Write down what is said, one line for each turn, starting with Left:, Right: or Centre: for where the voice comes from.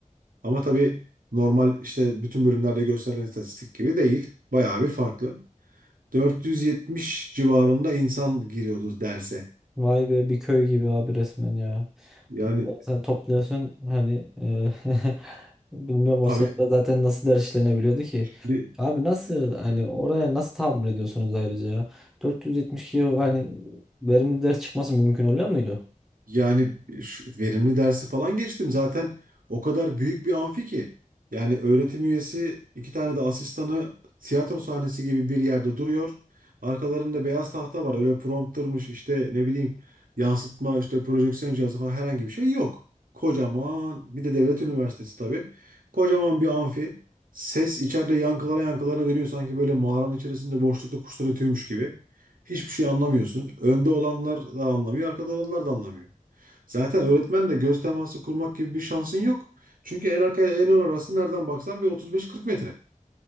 Right: Ama tabii normal işte bütün bölümlerde gösterilen istatistik gibi değil. Bayağı bir farklı. 470 civarında insan giriyordu derse.
Centre: Vay be bir köy gibi abi resmen ya.
Right: Yani
Centre: Sen topluyorsun hani e, <laughs> bilmiyorum o
Right: e,
Centre: sırada zaten nasıl ders işlenebiliyordu ki.
Right: Abi
Centre: Abi nasıl hani oraya nasıl tahammül ediyorsunuz ayrıca ya? 472 o hani verimli ders çıkması mümkün oluyor muydu?
Right: Yani şu verimli dersi falan geçtim. Zaten o kadar büyük bir amfi ki. Yani öğretim üyesi iki tane de asistanı tiyatro sahnesi gibi bir yerde duruyor. Arkalarında beyaz tahta var. Öyle promptırmış işte ne bileyim yansıtma işte projeksiyon cihazı falan herhangi bir şey yok. Kocaman bir de devlet üniversitesi tabii. Kocaman bir amfi. Ses içeride yankılara yankılara dönüyor sanki böyle mağaranın içerisinde boşlukta kuşlar ötüyormuş gibi. Hiçbir şey anlamıyorsun. Önde olanlar da anlamıyor, arkada olanlar da anlamıyor. Zaten öğretmenle göz teması kurmak gibi bir şansın yok. Çünkü en arka ile en ön arası nereden baksan bir 35-40 metre.